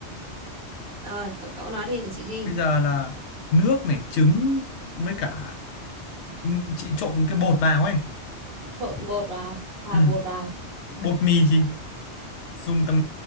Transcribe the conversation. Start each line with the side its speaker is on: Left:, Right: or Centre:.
Right: rồi cậu, cậu nói đi để chị ghi
Left: bây giờ là nước này trứng với cả ừ, chị trộn cái bột vào ấy
Right: trộn bột vào hòa
Left: ừ.
Right: bột vào
Left: bột mì thì dùng tầm